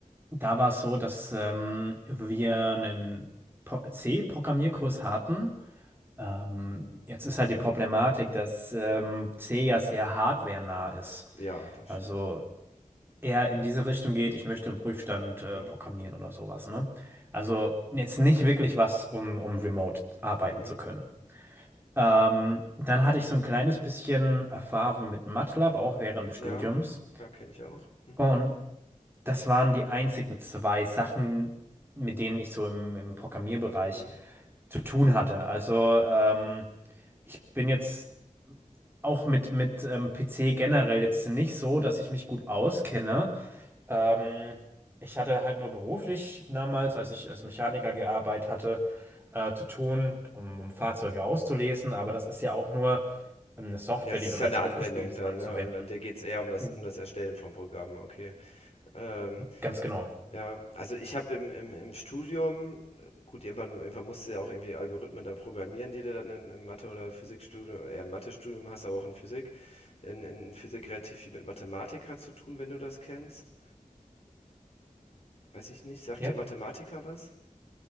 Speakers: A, on the right; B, on the left.
A: da war es so, dass ähm, wir einen Pro- C-Programmierkurs hatten. Ähm, jetzt ist halt die Problematik, dass ähm, C ja sehr hardwarenah ist.
B: Ja, das
A: Also
B: stimmt.
A: eher in diese Richtung geht, ich möchte einen Prüfstand äh,
B: Mhm.
A: programmieren oder sowas, ne? Also jetzt nicht wirklich was, um, um remote arbeiten
B: Mhm.
A: zu können. Ähm, dann hatte ich so ein kleines bisschen Erfahrung mit MATLAB, auch während des
B: Ja,
A: Studiums.
B: ja, kenne ich auch. Mhm.
A: Und das waren die einzigen zwei Sachen, mit denen ich so im, im Programmierbereich
B: Mhm.
A: zu tun hatte. Also ähm, ich bin jetzt auch mit, mit ähm, PC generell jetzt nicht so, dass ich mich gut auskenne. Ähm, ich hatte halt nur beruflich damals, als ich als Mechaniker gearbeitet hatte, äh, zu tun, um, um Fahrzeuge auszulesen, aber das ist ja auch nur ähm, eine Software,
B: Ja, es
A: die
B: ist
A: bereits
B: ja eine
A: aufgespielt
B: Anwendung
A: ist,
B: dann,
A: anzuwenden.
B: ne? Und, und dir geht es eher um das,
A: Mhm.
B: um das Erstellen von Programmen, okay. Ähm,
A: Ganz genau.
B: Ja, also ich habe im, im, im Studium, äh, gut, irgendwann, irgendwann musst du ja auch irgendwie Algorithmen dann programmieren, die du dann in, im Mathe- oder Physikstudium, eher im Mathe-Studium hast, aber auch in Physik. In, in Physik relativ viel mit Mathematiker zu tun, wenn du das kennst. Weiß ich nicht. Sagt
A: Ja.
B: dir Mathematiker was?